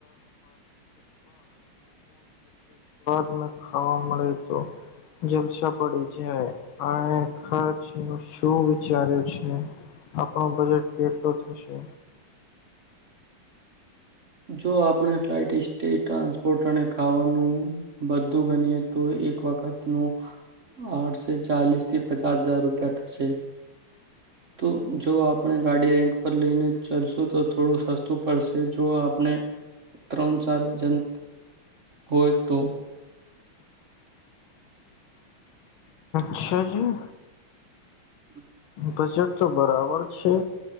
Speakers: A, on the left; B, on the right.
A: <unintelligible> ને ખાવા મળે તો જલસા પડી જાય, અને ખર્ચ નું શું વિચાર્યું છે? આપણો બજેટ કેટલો થશે?
B: જો આપણે ફ્લાઇટ, ઇસ્ટે, ટ્રાન્સપોર્ટ અને ખાવાનું બધું ગણીએ તો એક વખતનું આડશે ચાલીસ થી પચાસ હજાર રૂપિયા થશે. તો જો આપણે ગાડી રેન્ટ પર લઈને ચાલશું તો થોડું સસ્તું પડશે. જો આપણે ત્રણ ચાર જન હોય તો.
A: છા જી
B: હમ <unintelligible>
A: બજેટ તો બરાબર છે.